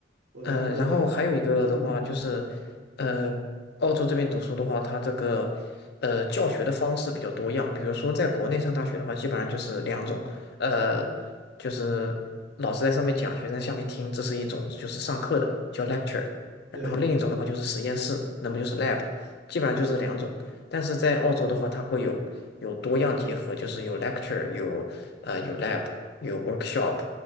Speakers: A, on the right (about 75°); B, on the left (about 60°).
A: 我了解，
B: 呃，然后还有一个的话就是，
A: 嗯，
B: 呃，澳洲这边读书的话，它这个呃教学的方式比较多样。比如说，在国内上大学的话，基本上就是两种，呃，就是老师在上面讲，学生在下面听，这是一种就是上课的叫 lecture，
A: 对
B: 然后另一种的话就是实验室，那么就是 lab，基本上就是两种。但是在澳洲的话，它会有有多样结合，就是有 lecture，有呃有 lab，有 workshop。